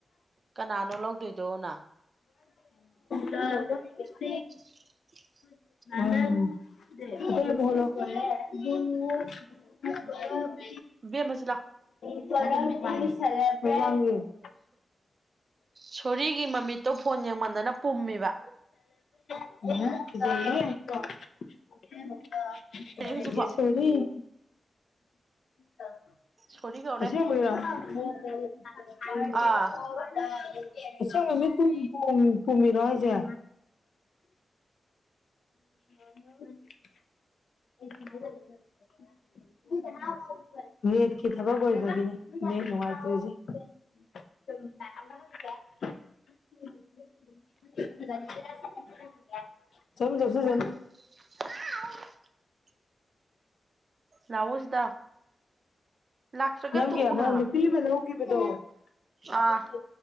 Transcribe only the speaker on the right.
ꯀꯅꯥꯅꯣ ꯂꯧꯗꯣꯏꯗꯣꯅ
<inaudible>
ꯏꯕꯦꯝꯃ ꯁꯤꯂꯥꯎ
ꯁꯣꯔꯤꯒꯤ ꯃꯃꯤꯠꯇꯣ ꯐꯣꯟ ꯌꯦꯡꯃꯟꯗꯅ ꯄꯨꯝꯃꯤꯕ
ꯍꯧꯖꯤꯛꯐꯥꯎ
ꯁꯣꯔꯤ ꯀꯧꯔꯦ
ꯑꯥ
<unintelligible>
ꯂꯥꯎꯑꯣ ꯁꯤꯗ ꯂꯥꯛꯇ꯭ꯔꯒ
ꯇꯣꯛꯎꯅ
ꯑꯥ